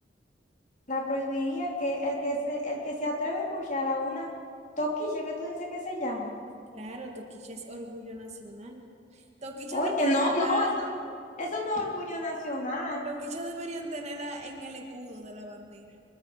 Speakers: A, on the left; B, on the right.
A: La prohibiría que el que se, el que se atreve a escuchar a una toquilla que tú dices que se llama.
B: Claro, Toquicha es orgullo nacional. Toquicha
A: Oye,
B: debería
A: no,
B: estar,
A: no, eso, no- eso no es orgullo nacional.
B: Toquicha deberían tenerla en el escudo de la bandera.